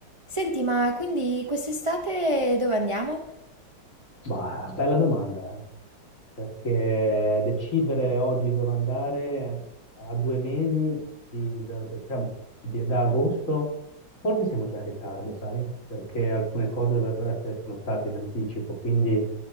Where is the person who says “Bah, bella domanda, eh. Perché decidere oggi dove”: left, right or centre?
Left